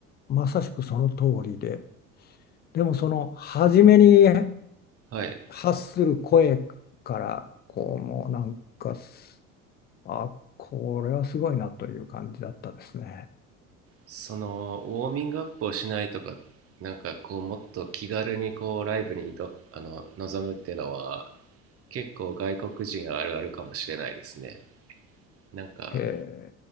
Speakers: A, on the left (about 25°); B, on the right (about 30°).
A: まさしくその通りで、でもその初めに
B: はい
A: 発する声から、こうもうなんかあ、これはすごいなという感じだったですね。
B: そのウォーミングアップをしないとかなんかこうもっと気軽にこうライブにどあの臨むっていうのは結構外国人あるあるかもしれないですねなんか
A: へえ、